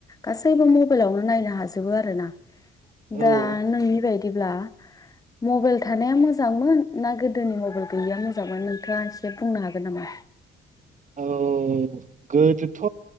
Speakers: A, on the left; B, on the right.
A: गासैबो मबाइलावनो नायनो हाजोबो आरोना।
B: औ
A: दा नोंनि बायदि दिब्ला मबाइल थानाया मोजांमोन ना गोदोनि मबाइल गैयिया मोजांमोन नोंथाङा एसे बुंनो हागोन नामा?
B: औ गोदो थ'